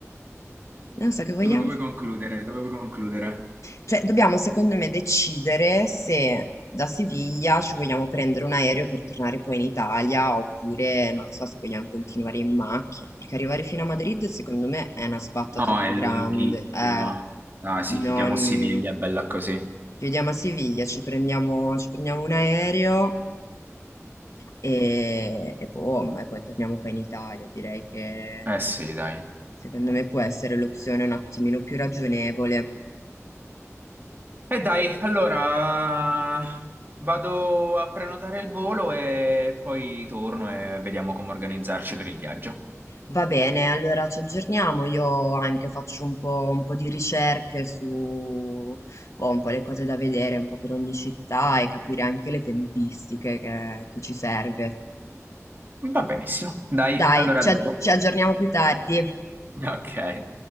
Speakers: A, on the left; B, on the right.
A: non so che vogliamo
B: vuoi concludere? Dove vuoi concludere?
A: cioè, dobbiamo secondo me decidere se da Siviglia ci vogliamo prendere un aereo per tornare poi in Italia oppure non lo so se vogliamo continuare in macchina, perché arrivare fino a Madrid secondo me è una sbatta
B: No,
A: troppo
B: è lunghissima.
A: grande. Eh,
B: Ah sì,
A: non...
B: chiudiamo a Siviglia, bella così.
A: Ci vediamo a Siviglia, ci prendiamo, ci prendiamo un aereo e, e boom, e poi torniamo qua in Italia. Direi che
B: Eh sì, dai.
A: secondo me può essere l'opzione un attimino più ragionevole.
B: E dai, allora vado a prenotare il volo e poi torno e vediamo come organizzarci per il viaggio.
A: Va bene, allora ci aggiorniamo. Io anche faccio un po', un po' di ricerche su, boh, un po' le cose da vedere, un po' per ogni città e capire anche le tempistiche che, che ci serve.
B: Va benissimo. Dai,
A: Dai,
B: allora
A: ci
B: a
A: ag-
B: dopo.
A: ci aggiorniamo più tardi.
B: Ok.